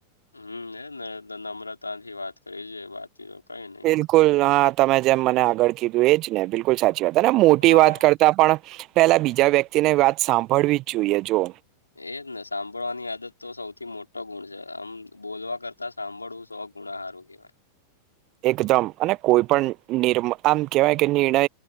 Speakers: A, on the left; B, on the right.
A: હમ એ ને નમ્રતાથી વાત કરી છેઈએ બાકી તો કઈ નઈ.
B: બિલકુલ હા તમે જેમ મને આગળ કીધું એજ ને બિલકુલ સાચું. મોટી
A: હા.
B: વાત કરતા પણ પેલા બીજા વ્યક્તિને વાત સાંભળવીજ જોઈએ જો.
A: એજ ને સાંભળવાની આદત તો સૌથી મોટો ગુણ છે આમ બોલવા કરતા. સાંભળવું સો ગુણા સારું કેહેવાય.
B: એકદમ અને કોઈ પણ નિર્મ આમ કેવાય કે નિર્ણય.